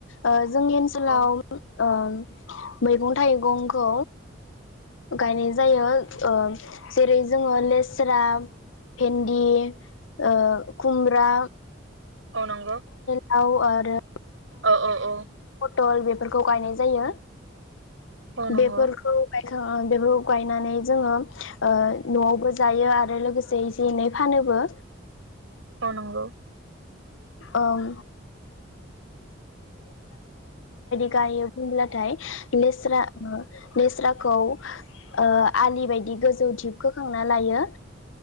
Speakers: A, on the left; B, on the right.
A: ओ जोंनि ओनसोलाव
B: औ
A: ओ मैगं थाइगंखौ गायनाय जायो ओ जेरै जोङो लेस्रा भेन्दि ओ खुमब्रा
B: अ नंगौ।
A: औ आरो
B: ओ ओ औ
A: टल बेफोरखौ गायनाय जायो।
B: औ नंगौ
A: बेफोरखौ बाय ओ बेखौ गायनानै जोङो ओ न'आवबो जायो आरो लोगोसे एसे एनै फानोबो।
B: औ नंगौ
A: ओं। गायो बुंब्लाथाय लेस्रा लेस्राखौ ओ आलि बायदि गोजौ धिप खोखांना लायो